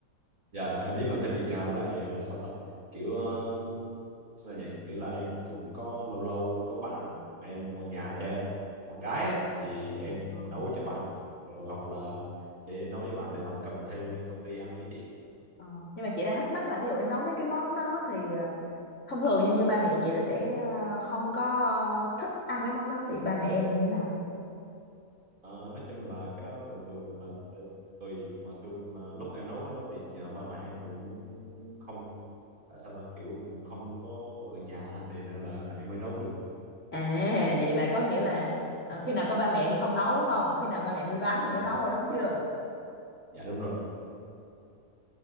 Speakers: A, on the right; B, on the left.
A: dạ em biết làm thêm việc nhà với lại ờ, sao ta kiểu ờ, sao nhỉ kiểu là em cũng có lâu lâu có bạn em qua nhà cho bạn, bạn gái á, thì em
B: Vâng.
A: nấu cho bạn rồi hoặc là để nấu cho bạn để bạn cầm theo lên công ty ăn đó chị
B: Ờ, nhưng mà chị đang thắc mắc là ví dụ em nấu mấy cái món đó thì ờ, thông thường như như ba mẹ chị là sẽ ờ, không có ờ, thích ăn mấy món đó thì ba mẹ em là như thế nào
A: Ờ, nói chung là cái đó thường thường là sẽ tùy mà thường là lúc em nấu cái đó thì ờ, ba mẹ em cũng không tại sao ta kiểu cũng không có ở nhà á, nên là em mới nấu được
B: à vậy là có nghĩa là ờ, khi nào có ba mẹ thì không nấu đúng không mà khi nào ba mẹ đi vắng thì
A: dạ
B: mới nấu thôi đúng chưa
A: dạ đúng rồi